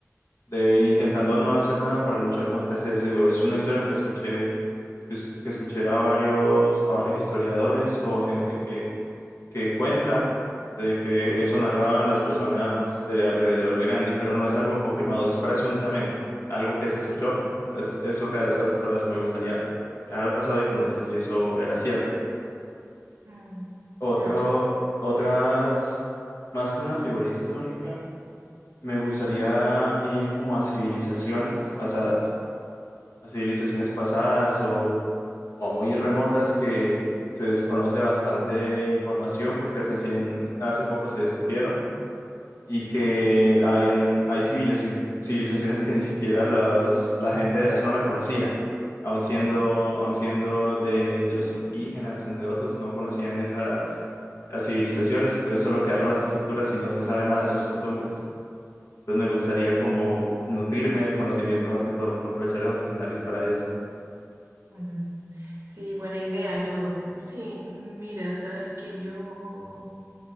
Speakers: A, on the left; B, on the right.
A: de intentando no hacer nada para luchar contra ese deseo. Es una historia que escuché, que, es- que escuché a varios, a varios historiadores o gente que, que cuenta de que eso narraban las personas de alrededor de Gandhi, pero no es algo confirmado, es presuntamente algo que se escuchó. Entonces, es otra de las cosas por las que me gustaría viajar al pasado y conocer si eso era cierto.
B: mm,
A: Otro,
B: claro.
A: otras, más que una figura histórica, me gustaría ir como a civilizaciones pasadas a civilizaciones pasadas o, o muy remotas que se desconoce bastante información porque recién hace poco se descubrieron y que habían, hay civilizaci- civilizaciones que ni siquiera las- la gente de la zona conocía, aun siendo,
B: mm,
A: aun siendo de, de los indígenas, entre otros, no conocían esas, las civilizaciones, entonces solo quedaron las estructuras y no se sabe nada de sus costumbres. Entonces me gustaría como nutrirme de conocimiento más que todo, aprovechar esos escenarios para eso.
B: mm. Sí, buena idea. Yo, sí, mira, sabes que yo